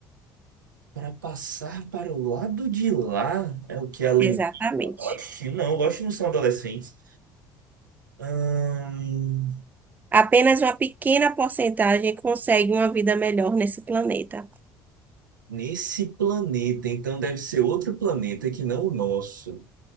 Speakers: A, on the right (about 85°); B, on the right (about 15°).
A: Para passar para o lado de lá é o que a lentita.
B: Exatamente.
A: Oxe, não, Oxe não são adolescentes. Ahn,
B: Apenas uma pequena porcentagem consegue uma vida melhor nesse planeta.
A: nesse planeta, então deve ser outro planeta que não o nosso.